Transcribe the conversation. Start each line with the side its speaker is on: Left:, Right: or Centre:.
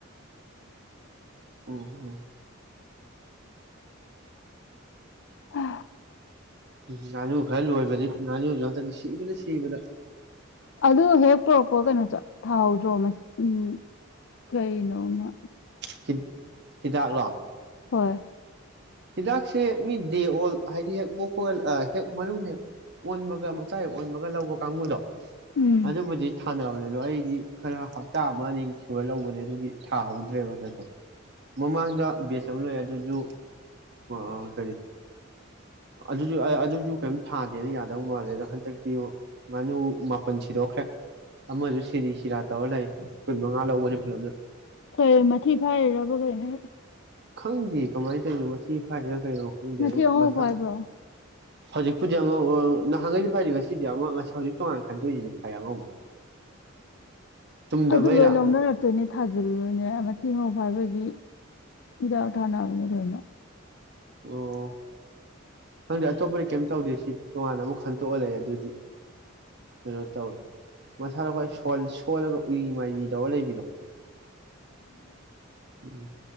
Right: ꯎꯝ ꯎꯝ
Left: ꯑ
Right: ꯉꯥꯅꯨ ꯈꯔ ꯂꯣꯏꯕꯅꯤ ꯉꯥꯅꯨꯖꯨ ꯍꯟꯗꯛꯇꯝ ꯁꯤꯕꯗ ꯁꯤꯕꯗ
Left: ꯑꯗꯨ ꯍꯦꯛ ꯄꯨꯔꯛꯄ ꯀꯩꯅꯣ ꯆ ꯊꯥꯍꯧꯗ꯭ꯔꯣ ꯃ ꯎꯝ ꯀꯩꯅꯣꯃ
Right: ꯍꯤ ꯍꯤꯗꯥꯛꯂꯣ
Left: ꯍꯣꯏ
Right: ꯍꯤꯗꯥꯛꯁꯦ ꯃꯤ ꯗꯦ ꯑꯣꯜ ꯍꯥꯏꯗꯤ ꯍꯦꯛ ꯄꯣꯛꯄꯒ ꯑ ꯍꯦꯛ ꯃꯅꯨꯡ ꯍꯦꯛ ꯑꯣꯟꯕꯒ ꯃꯆꯥ ꯍꯦꯛ ꯑꯣꯟꯕꯒ ꯂꯧꯕ ꯀꯥꯡꯕꯨꯗꯣ
Left: ꯎꯝ
Right: ꯑꯗꯨꯕꯨꯗꯤ ꯊꯥꯅꯕꯅꯦ ꯑꯗꯣ ꯑꯩꯗꯤ ꯈꯔ ꯍꯞꯇꯥ ꯑꯃ ꯑꯅꯤ ꯁꯨꯔ ꯂꯧꯕꯅꯦ ꯑꯗꯨꯒꯤ ꯊꯥꯍꯧꯗ꯭ꯔꯦꯕ ꯍꯟꯗꯛꯇꯣ ꯃꯃꯥꯡꯗ ꯕꯦꯁ ꯑꯃ ꯂꯣꯏ ꯑꯗꯨꯁꯨ ꯑꯣ ꯀꯔꯤ ꯑꯗꯨꯁꯨ ꯑꯗꯨꯁꯨ ꯀꯩꯝ ꯊꯥꯗꯦꯅ ꯌꯥꯗꯧ ꯃꯥꯜꯂꯦ ꯑꯗꯣ ꯍꯟꯗꯛꯇꯤ ꯉꯥꯅꯨ ꯃꯥꯄꯜ ꯁꯤꯗꯣꯛꯈ꯭ꯔꯦ ꯑꯃꯁꯨ ꯁꯤꯔꯤ ꯁꯤꯔꯥ ꯇꯧꯔ ꯂꯩ ꯀꯨꯟꯃꯉꯥ ꯂꯧꯕꯅꯤ ꯄꯨꯂꯞꯅ
Left: ꯍꯣꯏ ꯃꯊꯤ ꯐꯥꯏꯔꯤꯔꯕ ꯀꯩꯅꯣ
Right: ꯈꯪꯗꯦ ꯀꯃꯥꯏꯅ ꯇꯧꯏꯅꯣ ꯃꯊꯤ ꯐꯥꯏꯔ ꯀꯩꯅꯣ ꯈꯪꯗꯦ
Left: ꯃꯊꯤ
Right: ꯑꯗꯨꯝ
Left: ꯑꯉꯧ
Right: ꯃꯁꯥ
Left: ꯐꯥꯏꯕ꯭ꯔꯣ
Right: ꯍꯧꯖꯤꯛꯄꯨꯗꯤ ꯑꯉꯧꯕ ꯅꯍꯥꯟꯈꯩꯗꯤ ꯐꯥꯏꯗꯦ ꯉꯁꯤꯗꯤ ꯑꯃ ꯉꯁꯤ ꯍꯧꯖꯤꯛ ꯇꯣꯉꯥꯟꯅ ꯈꯟꯗꯣꯛꯏꯁꯤꯗꯤ ꯐꯥꯏ ꯑꯉꯧꯕ ꯆꯨꯝꯗꯕꯩꯔꯥ
Left: ꯑꯗꯨ ꯂꯣꯏ ꯂꯧꯅꯔꯛꯇꯣꯏꯅꯦ ꯊꯥꯖꯤꯜꯂꯨꯔꯅꯦ ꯃꯊꯤ ꯉꯧꯕ ꯍꯥꯏꯕꯒꯤ ꯗꯤ ꯐꯤꯗꯥ ꯊꯥꯅꯕꯅꯦ ꯂꯣꯏꯅ
Right: ꯑꯣ ꯈꯪꯗꯦ ꯑꯇꯣꯞꯄꯗꯤ ꯀꯩꯝ ꯇꯧꯗꯦ ꯁꯤ ꯇꯣꯉꯥꯟꯅ ꯑꯃꯨꯛ ꯈꯟꯇꯣꯛꯑ ꯂꯩ ꯑꯗꯨꯗꯤ ꯀꯩꯅꯣ ꯇꯧꯋꯦ ꯃꯁꯥꯅ ꯈ꯭ꯋꯥꯏ ꯁꯣꯟ ꯁꯣꯜꯂꯒ ꯎꯏꯔꯝ ꯃꯥꯜꯂꯤ ꯇꯧꯔ ꯂꯩꯕꯤꯗꯣ ꯎꯝ